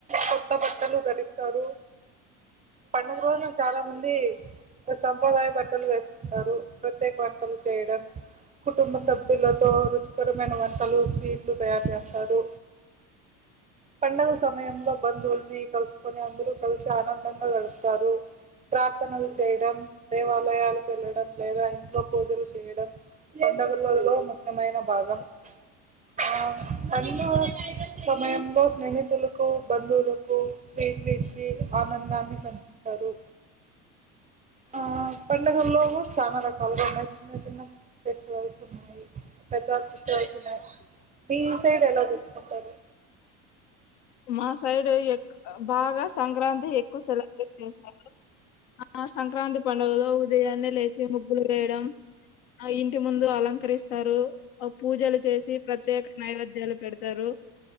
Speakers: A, on the right; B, on the left.
A: కొత్త బట్టలు ధరిస్తారు పండగ రోజనా చాలా మంది వ సంప్రదాయ బట్టలు వేస్కుంటారు ప్రత్యేక వంటలు చేయడం కుటుంబ సభ్యులతో రుచికరమైన వంటలు స్వీట్లు తయారు జేస్తారు పండుగుల సమయంలో బంధువుల్ని కలుసుకొని అందరూ కలిసిఆనందంగా గడుపుతారు ప్రార్థనలు చేయడం దేవాలయాలకెళ్ళడం లేదా ఇంట్లో పూజలు చేయడం పండగలొల్లో ముఖ్యమైన భాగం ఆ పండుగల సమయంలో స్నేహితులుకు బంధువులుకు స్వీట్లీ ఇచ్చి ఆనందాన్ని పంచుకుంటారు ఆ పండుగల్లోగు చాలా రకాలుగా ఉన్నాయ్ చిన్న చిన్న ఫెస్టివల్స్ ఉన్నాయి పెద్ద ఫెస్టివల్స్ ఉన్నాయ్ మీ సైడ్ ఎలా జెరుపుకుంటారు
B: మా సైడు ఎక్ బాగా సంక్రాంతి ఎక్కువ సెలబ్రేట్ చేస్తారు ఆ సంక్రాంతి పండుగలో ఉదయాన్నే లేచి ముగ్గులువేయడం ఆ ఇంటి ముందు అలంకరిస్తారు ఓ పూజలు చేసి ప్రత్యేక నైవేద్యాలు పెడతారు